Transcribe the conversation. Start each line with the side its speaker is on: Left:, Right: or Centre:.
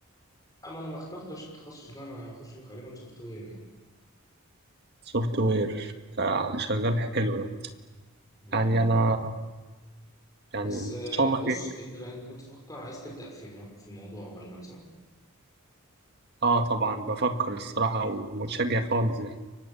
Left: أما أنا ما اخترتش التخصص ده أنا هخش غالبا سوفت وير يعني
Right: سوفت وير بتاع شغال حلو ده
Left: مم.
Right: يعني انا يعني
Left: بس
Right: ان
Left: آه،
Right: شاء الله
Left: بص
Right: خير
Left: انت انت بتفكر عايز تبدأ في المو- في الموضوع غالبا صح؟
Right: اه طبعا بفكر الصراحة ومتشجع خالص يعني